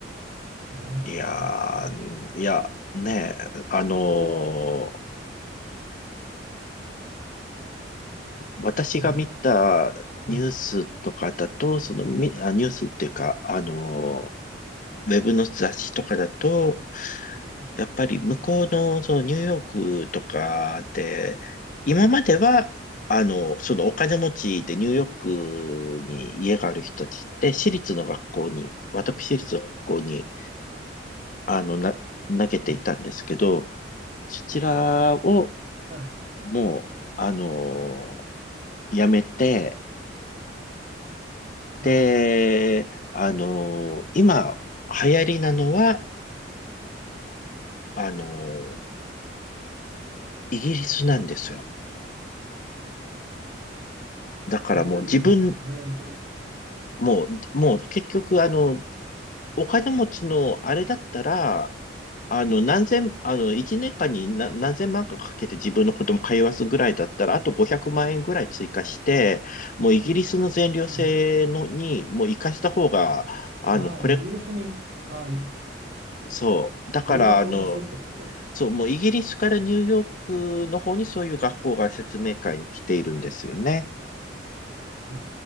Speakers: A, on the right (about 55°); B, on the left (about 45°).
A: ねえ、
B: いやー、
A: なんかもう、
B: いや、
A: いや、
B: ねえ、あの
A: 本当、あ、
B: ー
A: うん、
B: 私が見たニュースとかだと、
A: あの、はい、
B: その、み、あ、ニュースっていうか、あのーウェブの雑誌とかだと、
A: うん、
B: やっぱり向こうの、そのニューヨークとかで、今までは、あの、そのお金持ちでニューヨークに家がある人たちって、私立の学校に、私立の学校に、あの、な、投げていたんですけど、
A: うん、
B: そちらを
A: はい、
B: もう、あの、やめて、
A: は
B: で、あの、今、流行りなのは、あの、イギリスなんですよ。だからもう自分、
A: い、流行りなの、流行りという、これ
B: もう、もう結局、あの、お金持ちのあれだったら、あの、何千、あの、一年間にな何千万かかけて自分の子供通わすぐらいだったら、あと500万円ぐらい追加して、もうイギリスの全寮制のに、
A: うん、
B: もう生かした方が、あの、
A: ああ、
B: これ、
A: イギリスに、ああ、い
B: そう。だから、
A: 留学をさせるということですか。
B: あの、そう、もうイギリスからニューヨークの方にそういう学校が説明会に来ているんですよね。
A: え